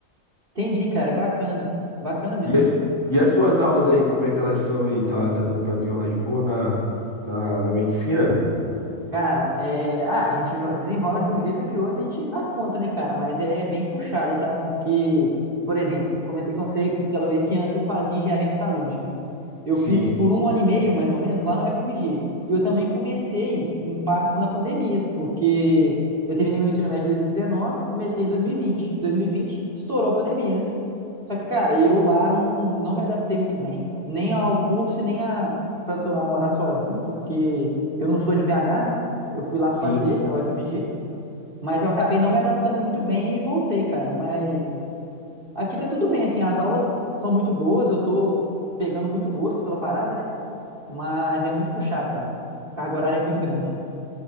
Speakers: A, on the right; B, on the left.
A: Entendi, cara. É bacana. Bacana mesmo.
B: E as, e as suas aulas aí, como é que elas são aí? Tá, tá dando para desenrolar de boa na, na, na medicina?
A: Cara, é... ah, a gente va- desenrola de um jeito ou de outro, a gente dá conta, né, cara? Mas é bem puxado, tá? Porque, por exemplo, comentei com você aquela vez que antes eu fazia engenharia metalúrgica, né? Eu
B: Sim,
A: fiz por um ano e meio, mais ou menos, lá na UFMG. E eu também comecei em partes na pandemia, porque eu terminei meu ensino médio em 2019, comecei em 2020. 2020 estourou a pandemia, né? Só que, cara, eu lá não, não me adaptei muito bem, nem ao curso e nem a, tanto a morar sozinho, porque eu não sou de BH, né? Eu fui lá fazer
B: sim.
A: a UFMG, mas eu acabei não me adaptando muito bem e voltei, cara. Mas aqui tá tudo bem, assim, as aulas são muito boas, eu tô pegando muito gosto pela parada, né? Mas é muito puxado, cara. Carga horária é muito grande.